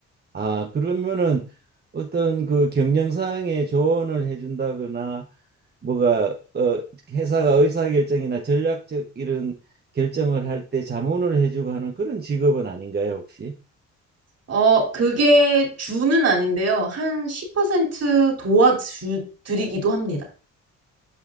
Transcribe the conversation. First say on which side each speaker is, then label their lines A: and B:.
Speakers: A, on the right (about 35°); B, on the right (about 55°).
A: 아, 그러면은 어떤 그 경영상에 조언을 해준다거나 뭐가 어, 회사가 의사결정이나 전략적 이런 결정을 할 때 자문을 해주고 하는 그런 직업은 아닌가요, 혹시?
B: 어, 그게 주는 아닌데요. 한 10% 도와주 드리기도 합니다.